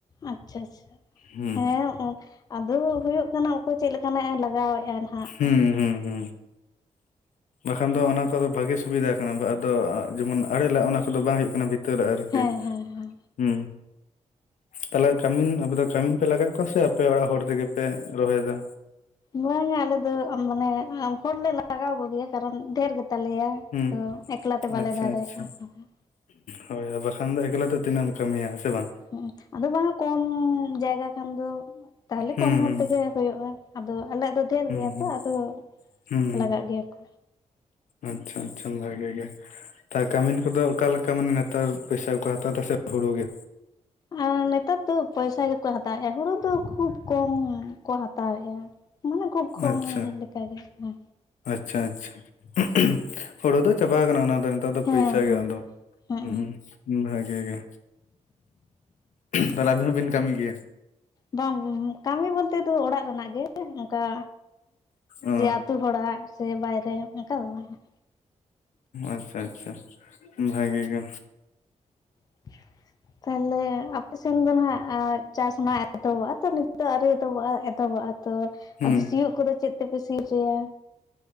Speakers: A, on the left; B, on the left.
A: ᱟᱪᱪᱷᱟ ᱟᱪᱪᱷᱟ
B: ᱦᱩᱸ
A: ᱦᱮ ᱟᱫᱚ ᱦᱳᱭᱳᱜ ᱠᱟᱱᱟ ᱚᱠᱚᱭ ᱪᱮᱫ ᱞᱮᱠᱟᱱᱟᱜᱼ ᱮ ᱞᱟᱜᱟᱣᱮᱫᱼᱟ ᱱᱟᱸᱦᱟᱜ?
B: ᱦᱩᱸ ᱦᱩᱸ ᱦᱩᱸ ᱵᱟᱠᱷᱟᱱ ᱫᱚ ᱚᱱᱟ ᱠᱚᱫᱚ ᱵᱷᱟᱜᱮ ᱥᱩᱵᱤᱫᱟ ᱠᱟᱱᱟ ᱟᱫᱚ ᱡᱮᱢᱚᱱ ᱟᱲᱮ ᱞᱟᱜ ᱚᱱᱟ ᱠᱚᱫᱚ ᱵᱟᱝ ᱦᱳᱭᱳᱜ ᱠᱟᱱᱟ ᱵᱷᱤ ᱛᱟᱹᱨ ᱟᱹᱨᱠᱤ
A: ᱦᱮᱸ ᱦᱮᱸ ᱦᱮᱸ
B: ᱦᱩ᱾ ᱛᱟᱦᱚᱞᱮ ᱠᱟᱹᱢᱤᱱ ᱟᱯᱮ ᱫᱚ ᱠᱟᱹᱢᱤᱱ ᱯᱮ ᱞᱟᱜᱟᱶᱮᱜ ᱠᱚᱣᱟ? ᱥᱮ ᱟᱯᱮ ᱚᱲᱟᱜ ᱦᱚᱲ ᱛᱮᱜᱮ ᱯᱮ ᱨᱚᱦᱚᱭᱮᱫᱟ?
A: ᱵᱟᱝᱼᱟ ᱟᱞᱮ ᱫᱚ ᱢᱟᱱᱮ ᱦᱚᱲᱞᱮ ᱞᱟᱜᱟᱣ ᱠᱚᱜᱮᱭᱟ ᱠᱟᱨᱚᱱ ᱫᱦᱷᱮᱨ ᱜᱮᱛᱟᱞᱮᱭᱟ
B: ᱦᱩᱸ
A: ᱛᱚ ᱮᱠᱞᱟᱛᱮ ᱵᱟᱞᱮ
B: ᱟᱪᱪᱷᱟ
A: ᱫᱟᱲᱮᱭᱟᱜ
B: ᱟᱪᱪᱷᱟ
A: ᱠᱟᱱ ᱛᱟᱦᱤᱜ
B: ᱦᱳᱭ ᱵᱟᱠᱷᱟᱱ ᱫᱚ ᱮᱠᱞᱟ ᱛᱮ ᱛᱤᱱᱟᱹᱜ ᱮᱢ ᱠᱟᱹᱢᱤᱭᱟ ᱦᱮ ᱥᱮ ᱵᱟᱝ?
A: ᱦᱩᱸᱜ-ᱩᱸ᱾ ᱟᱫᱚ ᱵᱟᱝᱟ ᱠᱚᱢ ᱡᱟᱭᱜᱟ ᱠᱷᱟᱱ ᱫᱚ ᱛᱟᱦᱞᱮ
B: ᱦᱩᱸ
A: ᱠᱚᱢ ᱦᱚᱲ
B: ᱦᱩᱸ
A: ᱛᱮᱜᱮ ᱦᱳᱭᱳᱜᱼᱟ᱾ ᱟᱫᱚ ᱟᱞᱮ ᱫᱚ ᱰᱷᱮᱨ
B: ᱦᱩᱸ
A: ᱜᱮᱭᱟ
B: ᱦᱩᱸ
A: ᱛᱚ ᱟᱫᱚ
B: ᱦᱩᱸ
A: ᱞᱟᱜᱟᱜ ᱜᱮᱭᱟ ᱠᱚ᱾
B: ᱟᱪᱪᱷᱟ ᱟᱪᱪᱷᱟ ᱵᱷᱟᱜᱤ ᱜᱮ᱾ ᱛᱟ ᱠᱟᱹᱢᱤᱱ ᱠᱚᱫᱚ ᱚᱠᱟ ᱞᱮᱠᱟ ᱢᱟᱱᱮ ᱱᱮᱛᱟᱨ ᱯᱚᱭᱥᱟᱠᱚ ᱦᱟᱛᱟᱣ ᱮᱫᱟ ᱥᱮ ᱦᱩᱲᱩ ᱜᱮ?
A: ᱟ ᱱᱮᱛᱟᱨ ᱫᱚ ᱯᱚᱭᱥᱟ ᱜᱮᱠᱚ ᱦᱟᱛᱟᱣᱮᱫᱼᱟ ᱦᱩᱲᱩ ᱫᱚ ᱠᱷᱩᱵᱽ ᱠᱚᱢ ᱠᱚ ᱦᱟᱛᱟᱣᱮᱫᱼᱟ᱾ ᱢᱟᱱᱮ ᱠᱷᱩᱵᱽ ᱠᱷᱚᱢ
B: ᱟᱪᱪᱷᱟ
A: ᱞᱮᱠᱟᱜᱮ᱾ ᱦᱩᱸ᱾
B: ᱟᱪᱪᱷᱟ ᱟᱪᱪᱷᱟ ᱾ ᱦᱳᱲᱳ ᱫᱚ ᱪᱟᱵᱟ ᱟᱠᱟᱱᱟ ᱚᱱᱟ ᱫᱚ ᱾ ᱱᱮᱛᱟᱨ ᱫᱚ
A: ᱦᱮᱸ
B: ᱯᱩᱭᱥᱟ ᱜᱮ
A: ᱦᱮᱸ
B: ᱟᱫᱚ ᱾
A: ᱦᱮᱸ
B: ᱦᱩᱸ, ᱵᱷᱟᱜᱤ ᱜᱮ᱾ ᱛᱟᱦᱚᱞᱮ ᱟᱵᱤᱱ ᱦᱚᱸᱵᱤᱱ ᱠᱟᱹᱢᱤ ᱜᱮᱭᱟ?
A: ᱵᱟᱝ ᱠᱟᱹᱢᱤ ᱵᱚᱞᱛᱮ ᱫᱚ ᱚᱲᱟᱜ ᱨᱮᱱᱟᱜ ᱜᱮ ᱚᱱᱠᱟ᱾
B: ᱚ
A: ᱡᱮ ᱟᱹᱛᱩ ᱦᱚᱲᱟᱜ ᱥᱮ ᱵᱟᱭᱨᱮ ᱚᱱᱠᱟ ᱫᱚ ᱵᱟᱝ ᱦᱟᱜ᱾
B: ᱟᱪᱪᱷᱟ ᱟᱪᱪᱷᱟ ᱵᱷᱟᱜᱮ ᱜᱮ,
A: <inaudible> ᱛᱟᱦᱚᱞᱮ ᱟᱯᱮ ᱥᱮᱱ ᱫᱚ ᱱᱟᱱᱟᱜ ᱪᱟᱥ ᱢᱟ ᱮᱛᱚᱦᱚᱵᱚᱜᱼᱟ ᱛᱚ ᱱᱤᱛ ᱫᱚ ᱟᱹᱣᱨᱤ ᱮᱛᱚᱦᱚᱵᱚᱜᱼᱟ ᱮᱛᱚᱦᱚᱵᱚᱜᱼᱟ ᱛᱚ
B: ᱦᱩᱸ
A: ᱟᱫᱚ ᱥᱤᱭᱩᱜ ᱠᱚᱫᱚ ᱪᱮᱫ ᱛᱮᱯᱮ ᱥᱤ ᱚᱪᱚᱭᱟ?